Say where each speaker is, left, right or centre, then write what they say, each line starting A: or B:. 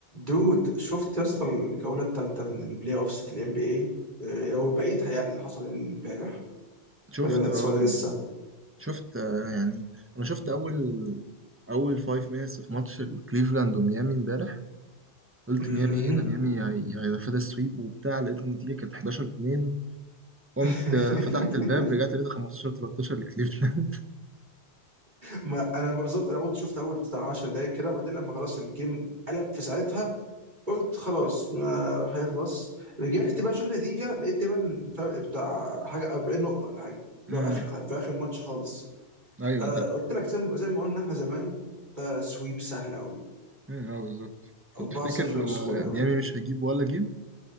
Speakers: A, on the right; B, on the right.
A: دود شفت يا اسطى الجوله الثالثه من البلاي اوفس بتاعت الام بي اي او بقيتها يعني اللي حصل امبارح
B: شفت
A: ولا لا
B: اه
A: ولا
B: كان
A: لسه
B: شفت آه، يعني انا شفت اول اول 5 مينتس في ماتش كليفلاند وميامي امبارح قلت
A: مهم.
B: ميامي إيه ده ميامي هي- هياخد السويب وبتاع لقيت النتيجه كانت 11 2 قمت
A: <laughs>
B: آه، فتحت الباب رجعت لقيتها 15 13 لكليفلاند
A: ما انا بالظبط انا برضه شفت اول بتاع 10 دقايق كده وبعدين لما خلاص الجيم قلب في ساعتها قلت خلاص ما هيخلص رجعت بقى اشوف النتيجه لقيت تقريبا فرق بتاع حاجه 40 نقطه ولا حاجه اللي
B: <laughs>
A: هو اخر
B: امم
A: في اخر الماتش خالص
B: ايوه
A: آه
B: طب
A: قلت لك زي ما زي ما قلنا احنا زمان ده سويب سهل قوي
B: امم اه بالظبط
A: 4-0
B: طب تفتكر
A: بسهوله
B: آه،
A: قوي
B: ميامي مش هيجيب ولا جيب